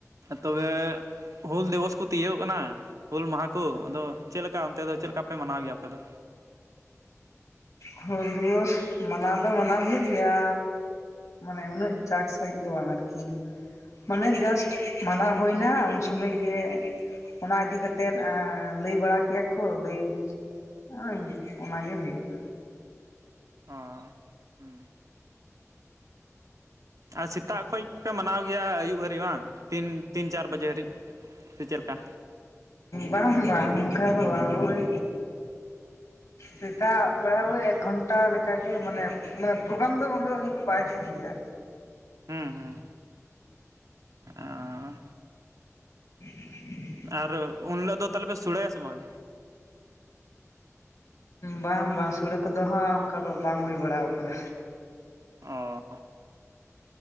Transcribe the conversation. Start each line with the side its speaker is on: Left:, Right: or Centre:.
Right: ᱛᱚᱵᱮ ᱦᱩᱞ ᱫᱤᱵᱚᱥ ᱠᱚ ᱛᱤᱭᱟᱹᱜ ᱚᱜ ᱠᱟᱱᱟ ᱦᱩᱞ ᱢᱟᱦᱟ ᱠᱚ ᱟᱫᱚ ᱪᱮᱞᱮ ᱠᱟ ᱚᱱᱛᱮ ᱫᱚ ᱪᱮᱫ ᱞᱮᱠᱟ ᱯᱮ ᱢᱟᱱᱟᱣ ᱜᱮᱭᱟ ᱟᱯᱮ ᱫᱚ?
Left: ᱦᱩᱞ ᱫᱤᱵᱚᱥ ᱢᱟᱱᱟᱣ ᱫᱚ ᱢᱟᱱᱟᱣ ᱦᱩᱭᱩᱜ ᱜᱮᱭᱟ ᱢᱟᱱᱮ ᱩᱱᱟᱹᱜ ᱡᱟᱹᱠ ᱥᱟᱺᱦᱤᱡ ᱫᱚ ᱵᱟᱝ ᱟᱨᱠᱤ᱾ ᱢᱟᱱᱮ ᱡᱟᱥᱴ ᱢᱟᱱᱟᱣ ᱦᱩᱭᱱᱟ ᱩᱱ ᱥᱚᱢᱚᱭ ᱜᱮ ᱚᱱᱟ ᱤᱫᱤ ᱠᱟᱛᱮᱫ ᱞᱟᱹᱭ ᱵᱟᱲᱟ ᱠᱮᱫᱼᱟ ᱠᱚ ᱞᱟᱹᱭ ᱦᱸ ᱚᱱᱟᱜᱮ ᱦᱩᱭᱩᱜᱼᱟ᱾
Right: <unintelligible> ᱟᱨ ᱥᱮᱛᱟᱜ ᱠᱷᱚᱡ ᱯᱮ ᱢᱟᱱᱟᱣ ᱜᱮᱭᱟ ᱟᱹᱭᱩᱵ ᱦᱟᱹᱨᱵᱤᱡ ᱵᱟᱝ ᱛᱤᱱ ᱛᱤᱱ ᱪᱟᱨ ᱵᱟᱡᱮ ᱦᱟᱹᱨᱤᱡ᱾ ᱥᱮ ᱪᱮᱫ ᱞᱮᱠᱟ
Left: ᱵᱟᱝ ᱵᱟᱝ ᱚᱱᱠᱟ ᱫᱚ ᱳᱭ ᱥᱮᱛᱟᱜ ᱵᱮᱲᱟ ᱳᱭ ᱮᱠ ᱜᱷᱚᱱᱴᱟ ᱞᱮᱠᱟᱜᱮ ᱢᱟᱱᱮ ᱢᱟᱱᱮ ᱯᱨᱳᱜᱨᱟᱢ ᱫᱚ ᱚᱸᱰᱮ ᱫᱚ ᱩᱱᱟᱹᱜ ᱫᱚ ᱵᱟᱭ ᱛᱟᱦᱮᱱ ᱜᱮᱭᱟ᱾
Right: ᱦᱩᱸ ᱦᱩᱸ ᱟᱨ
Left: <unintelligible>
Right: ᱟᱨᱚ ᱩᱱ ᱦᱤᱞᱳᱜ ᱫᱚ ᱛᱟᱦᱞᱮ ᱯᱮ ᱥᱚᱲᱮᱭᱟ ᱥᱮ ᱵᱟᱝ?
Left: ᱵᱟᱝ ᱵᱟᱝ ᱥᱳᱲᱮ ᱠᱚᱫᱚ ᱦᱟᱸᱜ ᱚᱱᱠᱟ ᱫᱚ ᱵᱟᱝ ᱦᱩᱭ ᱵᱟᱲᱟ ᱠᱟᱱᱟ᱾
Right: ᱚ